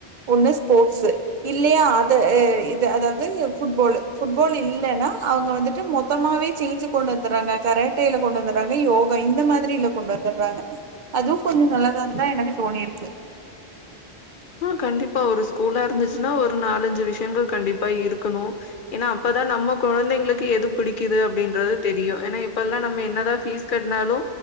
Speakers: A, on the right (about 55°); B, on the left (about 60°).
A: ஒண்ணு ஸ்போட்ஸ்சு இல்லியா அத இத அதாவது ஃபுட்பாலு ஃபுட்பால் இல் லனா அவுங்க வந்துட்டு மொத்தமாவே சேஞ்ஜு கொண்டு வந்துர்றாங்க கரேட்டேல கொண்டு வந்துர்றாங்க யோகா இந்த மாதிரில கொண்டு வந்துர்றாங்க அதுவு கொஞ்சோ நல்லாதாயிருக்கு அதா எனக்கு தோணியிருக்கு
B: ஆ கண்டிப்பா ஒரு ஸ்கூலா இருந்துச்சினா ஒரு நாலஞ்சு விஷயங்க கண்டிப்பா இருக்கணோ ஏனா அப்பதா நம்மோ கொழந்தைங்ளுக்கு எது பிடிக்கிது அப்டீன்றது தெரியு ஏனா இப்பெல்லா நம்ம என்னதா ஃபீஸ் கட்னாலோ